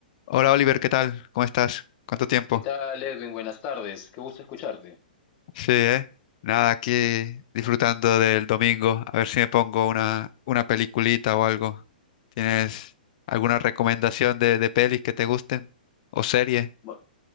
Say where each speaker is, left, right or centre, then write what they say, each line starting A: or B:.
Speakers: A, on the left; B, on the left.
A: Hola Oliver, ¿qué tal? ¿Cómo estás? ¿Cuánto tiempo?
B: ¿Qué tal, Edwin? Buenas tardes. Qué gusto escucharte.
A: Sí, ¿eh? Nada, aquí disfrutando del domingo. A ver si me pongo una, una peliculita o algo. ¿Tienes alguna recomendación de, de pelis que te gusten? ¿O serie?
B: Bu-